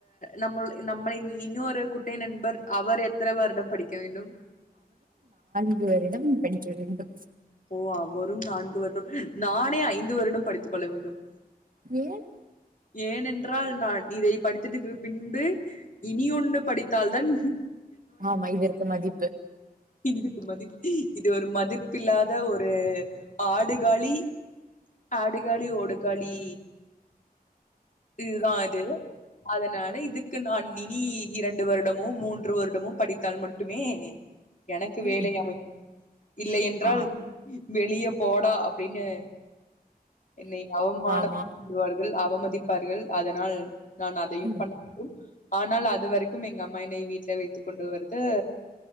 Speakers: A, on the left; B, on the right.
A: நம்ம நம்மளின் இன்னொரு குட்டய நண்பர் அவர் எத்தனை வருடம் படிக்க வேண்டும்
B: இவரிடம் படிக்க வேண்டும்
A: ஓ அவரும் நான்கு வரு நானே ஐந்து வருடம் படித்துக் கொள்ள வேண்டும்
B: ஏன்
A: ஏனென்றால் நான் இதை படித்ததுக்கு பின்பு இனி ஒண்ணு படித் தால் தான்
B: ஆமா இது இவருக்கு மதிப்பு
A: இதுக்கு மதிப்பு இது ஒரு மதிப்பு இல்லாத ஒரு ஆடுகாலி ஆடுகாலி ஓடுகாலி இதுதான் அது அதனால இதுக்கு நான் இனி இரண்டு வருடமும் மூன்று வருடமும் படித்தால் மட்டுமே எனக்கு வேலை
B: ம்
A: அமையும் இல்லை என்றால்
B: ஆ
A: வெளியே போடா அப்டின்னு என்னை அவமானம்படுத்திவிடுவார்கள்
B: ஆமா
A: அவமதி ப்பார்கள் அதனால் நான் அதையும்
B: ம்
A: பண்ண வேண்டும் ஆனால் அது வரைக்கும் எங்க அம்மா என்னை வீட்ல வைத்துக் கொண்டு வருது